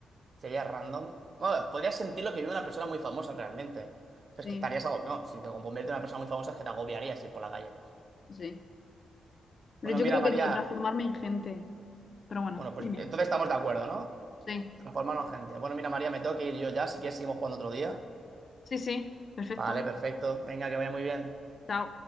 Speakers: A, on the right (about 40°); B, on the left (about 35°).
A: sería random. Bueno, podrías sentir lo que vive una persona muy famosa realmente. Pues
B: Sí,
A: que estarías agobiado. No, si te conviertes en una persona muy famosa es que te agobiarías ir por la calle.
B: sí. Pero
A: Bueno,
B: yo
A: mira,
B: creo
A: María.
B: que debo transformarme en gente. Pero bueno,
A: Bueno, pues
B: dime.
A: entonces estamos de acuerdo, ¿no?
B: Sí,
A: Transformarnos en gente. Bueno, mira, María, me tengo que ir yo ya. Si quieres, seguimos jugando otro día.
B: sí, sí. Perfecto.
A: Vale, perfecto. Venga, que vaya muy bien.
B: Chao.